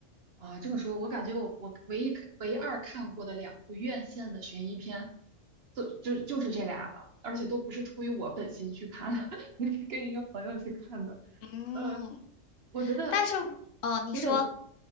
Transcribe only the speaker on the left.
嗯，
但是，哦，你说，